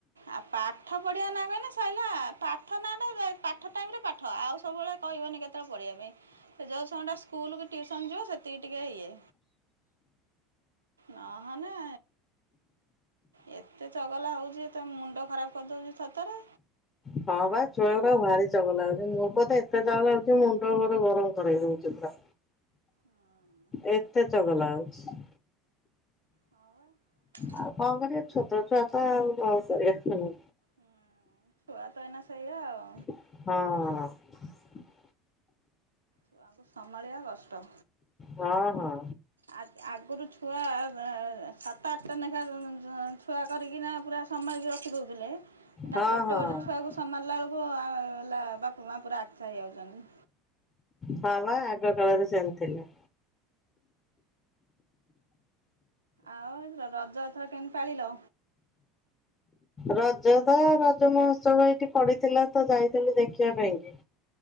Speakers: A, on the right; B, on the left.
A: ଆଉ ପାଠ ପଢିବା ନା କହିଲେ ସରିଲା ପାଠ ନାଟ ପାଠ ଟାଇମ ରେ ପାଠ ଆଉ ସବୁବେଳେ କହିବନି କେତେବେଳେ ପଢିବା ପାଇଁ ସେ ଯୋଉ ସମୟ ଟା ସ୍କୁଲକୁ ଟିଉସନ ଯିବ ସେତିକି ଟିକେ ଇଏ ନହନେ ଏତେ ଚଗଲା ହଉଛି ତମ ମୁଣ୍ଡ ଖରାପ କରିଦଉଚି ଥର ଥରେ।
B: ହଁ ବା ଛୁଆ ଗୁଡାକ ଭାରି ଚଗଲା ହୋଉ ମୋ ପୁଅ ତ ଏତେ ଚଗଲା ହଉଛି ମୁଣ୍ଡ ମୋର ଗରମ କରେଇ ଦଉଛି ପୁରା।
A: ହଁ।
B: ଏତେ ଚଗଲା ହଉଛି।
A: ହଁ ବା
B: ଆଉ କଣ କରିବା ଛୋଟ ଛୁଆ ତ ଆଉ କଣ କରିବା ହୁଁ
A: ହୁଁ ଛୁଆ ତ ଏଇନା ସେଇଆ ଆଉ।
B: ହଁ।
A: ଛୁଆଙ୍କୁ ସମ୍ଭାଳିବା କଷ୍ଟ
B: ହଁ ହଁ।
A: ଆ ଆଗରୁ ଛୁଆ ଯା ସାତ ଆଠଟା ଲେଖା ଛୁଆ କରିକିନା ପୁରା ସମ୍ଭାଳିକ ରଖି ଦଉଥିଲେ ଏଇନା
B: ହଁ
A: ଗୋଟେ
B: ହଁ ହଁ
A: ଗୋଟେ ଛୁଆକୁ ସମ୍ଭଲିଲାବେଳକୁ <unintelligible> ହେଲା ବାପା ମା ପୁରା ଆଛା ହେଇଯାଉଛନ୍ତି।
B: ହଁ ପା ଆଗ କାଳରେ ସେମିତ୍ ଥିଲା।
A: ଆଉ ଏ ରଜ ଅଥର କେମିତି ପାଳିଲ?
B: ରଜ ତ ରଜ ମହୋତ୍ସବ ଏଇଠି ପଡିଥିଲା ତ ଯାଇଥିଲୁ ଦେଖିବା ପାଇଁକି।